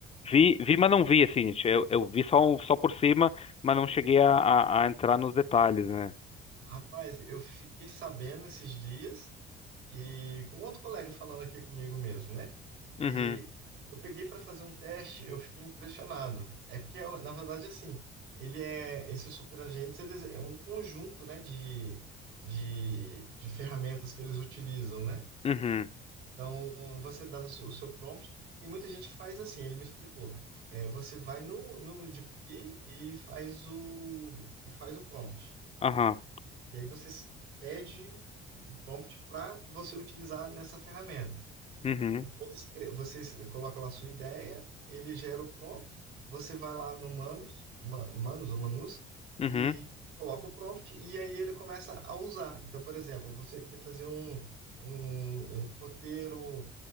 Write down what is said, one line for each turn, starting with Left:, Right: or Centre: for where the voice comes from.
Left: vi, vi, mas não vi, assim, gente. Eu, eu vi só, um- só por cima, mas não cheguei a, a, a entrar nos detalhes, né?
Right: Rapaz, eu fiquei sabendo esses dias. e com outro colega falando aqui comigo mesmo, né?
Left: Uhum,
Right: E eu peguei para fazer um teste, eu fiquei impressionado. É porque, na verdade, assim, ele é, esses superagentes, eles é um conjunto, né, de, de, de ferramentas que eles utilizam, né?
Left: uhum,
Right: Então, você dá o seu, o seu prompt. Tem muita gente que faz assim, ele me explicou. É, você vai no, no GPT e faz o, e faz o prompt.
Left: aham,
Right: E aí você s- pede um prompt para você utilizar nessa ferramenta.
Left: uhum,
Right: Então, você cria- você coloca lá a sua ideia, ele gera o prompt, você vai lá no Manus, Ma- Manus ou Manus, e
Left: uhum,
Right: coloca o prompt, e aí ele começa a usar. Então, por exemplo, você quer fazer um, um, um roteiro